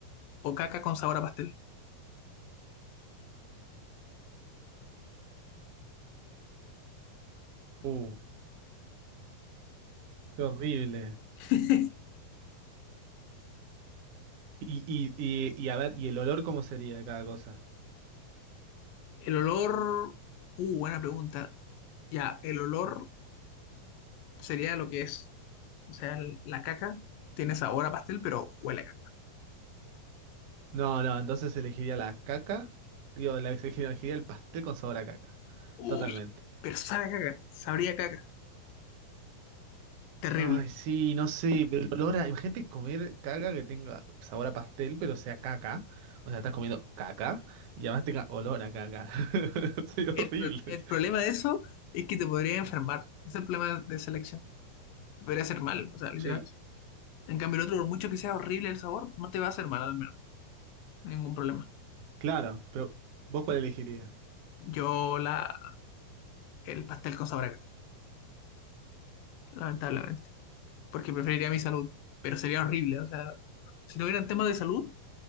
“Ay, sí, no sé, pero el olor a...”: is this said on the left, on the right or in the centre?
Right